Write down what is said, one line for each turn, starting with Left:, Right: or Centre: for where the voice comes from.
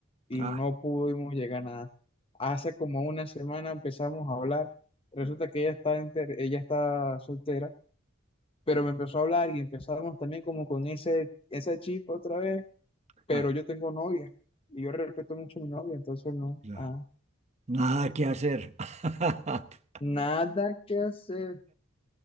Left: y
Right: Ah,
Left: no pudimos llegar a nada. Hace como una semana empezamos a hablar, resulta que ella está, enter- ella está soltera, pero me empezó a hablar y empezamos también como con ese, ese chip otra vez, pero
Right: ah,
Left: yo tengo novia y yo respeto mucho a mi novia, entonces no,
Right: ya.
Left: ah,
Right: Nada que hacer. <laughs>
Left: nada que hacer,